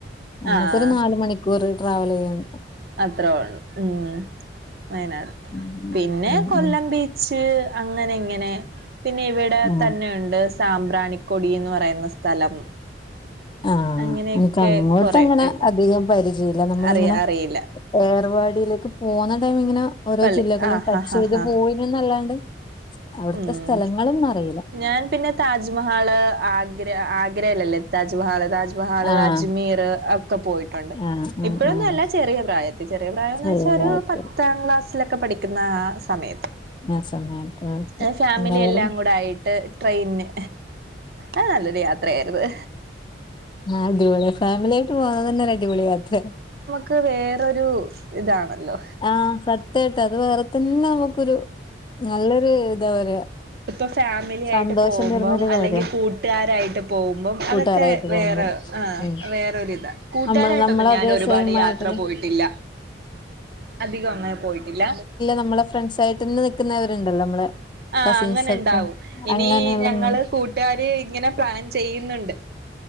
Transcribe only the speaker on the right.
ആഹ്
അത്രോള്ളു ഉം, വയനാട്
പിന്നെ
കൊല്ലം
ബീ ച്ച് അങ്ങനെങ്ങനെ പിന്നെ ഇവിടെ
തന്നെഉണ്ട് സാമ്പ്രാണിക്കൊടി എന്ന് പറയുന്ന സ്ഥലം
അങ്ങനെയൊക്കെ
കൊറെ
ഉണ്ട്
അറിയ അറിയില്ല
പള്ളി
ആഹ്
ആഹ് ആഹ് ആഹ്
ഉം
ഞാൻ പിന്നെ താജ്മഹാൾ ആഗ്ര ആഗ്രല്ലല്ലേ താജ്മഹൽ താജ് വാള്
അജ്മീർ ഒക്കെ പോയിട്ടുണ്ട്
ഇപ്പോഴൊന്നും
അല്ല ചെറിയ പ്രായത്തിൽ ചെറിയ പ്രായംന്ന്
വെച്ചാ ഒരു
പത്താം ക്ലാസ് സിലൊക്കെ പഠിക്കുന്ന സമയത്ത്
എഹ് ഫാമിലി
എല്ലാം കൂടെ ആയിട്ട് ട്രെയിന് ആഹ് നല്ലൊരു യാത്രയായിരുന്നു
ക്ക് വേറൊരു ഇതാണല്ലോ
ഇപ്പൊ ഫാമിലി ആയിട്ട്
പോകുമ്പം
അല്ലെങ്കിൽ
കൂട്ടുകാരായിട്ട് പോകുമ്പം
അതൊക്കെ വേറെ
ആഹ്
വേറൊരി ഇതാ കൂട്ടുകാരായിട്ടൊന്നും
ഞാൻ
ഒരുപാട്
യാത്ര
പോയിട്ടില്ല അധികം അങ്ങനെ പോയിട്ടില്ല
ആഹ്
അങ്ങനെ ഉണ്ടാവും
ഇനി
ഞങ്ങള്
കൂ കൂട്ടുകാര് ഇങ്ങനെ പ്ലാൻ ചെയ്യുന്നുണ്ട്